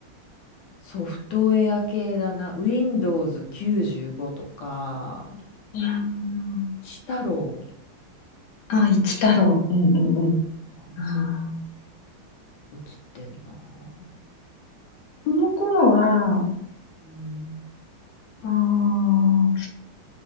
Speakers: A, on the left (about 70°); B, on the left (about 60°).
A: ソフトウェア系だな。Windows 95とか、
B: あ。
A: シ太郎。
B: ああ、一太郎。うんうんうん。
A: あ、
B: ああ、
A: そう、映ってんな。
B: この頃は、
A: うん。
B: ああ、